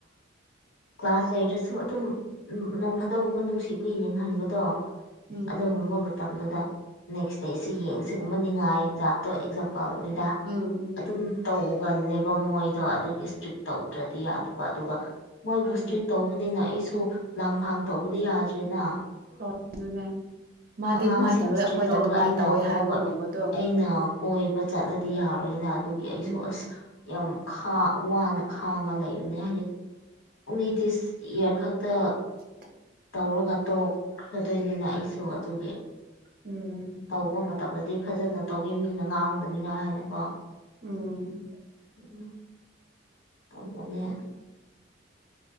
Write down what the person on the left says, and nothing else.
ꯀ꯭ꯂꯥꯁ ꯂꯩꯔꯁꯨ ꯑꯗꯨꯝ ꯅꯣꯡ ꯐꯥꯗꯒꯨꯝꯕ ꯅꯨꯡꯁꯤ ꯄꯕꯨ ꯌꯦꯡꯍꯟꯕꯗꯣ
ꯑꯗꯨꯒꯨꯝꯕ ꯃꯇꯝꯗꯨꯗ ꯅꯦꯛꯁ ꯗꯦꯁꯤ ꯌꯦꯡꯁꯤꯒꯨꯝꯕ ꯉꯥꯏ ꯖꯥꯠꯇꯣ ꯑꯦꯛꯖꯥꯝꯄ ꯄꯅꯤꯗ
ꯑꯗꯨꯝ
ꯇꯧ ꯀꯜꯂꯦꯕ ꯃꯣꯏꯗꯣ ꯑꯗꯨꯒꯤ ꯏꯁꯇ꯭ꯔꯤꯛ ꯇꯧꯗ꯭ꯔꯗꯤ ꯌꯥꯗꯕ ꯑꯗꯨꯒ ꯃꯣꯏꯕꯨ
ꯏꯁꯇ꯭ꯔꯤꯛ ꯇꯧꯕꯅꯤꯅ ꯑꯩꯁꯨ ꯂꯥꯡꯐꯥꯡ ꯇꯧꯕꯗꯤ ꯌꯥꯗ꯭ꯔꯦꯅ
ꯑꯉꯥꯡꯁꯤꯡꯅ
ꯏꯁꯇ꯭ꯔꯤꯛ
ꯇꯧꯔꯒ
ꯑꯩꯅ
ꯑꯍꯣꯡꯕ
ꯑꯩꯅ ꯀꯣꯏꯕ ꯆꯠꯂꯗꯤ ꯌꯥꯔꯣꯏꯅ ꯑꯗꯨꯒꯤ ꯑꯩꯁꯨ
ꯑꯁ ꯌꯥꯝ ꯋꯥꯅ ꯈꯥꯡꯉ ꯂꯩꯔꯨꯅꯦ ꯍꯥꯏꯗꯤ ꯑꯣꯡꯂꯤ ꯗꯤꯁ ꯏꯌꯥꯔ ꯈꯛꯇ
ꯇꯧꯔꯒ ꯇꯣꯛꯈꯗꯣꯏꯅꯤꯅ ꯑꯩꯁꯨ ꯑꯗꯨꯒꯤ
ꯇꯧꯕ ꯃꯇꯝꯗꯗꯤ ꯐꯖꯅ ꯇꯧꯒꯦ ꯃꯤꯅ ꯉꯥꯡꯗꯅꯤꯉꯥꯏ ꯍꯥꯏꯅꯀꯣ
ꯎꯝ ꯇꯕꯅꯤ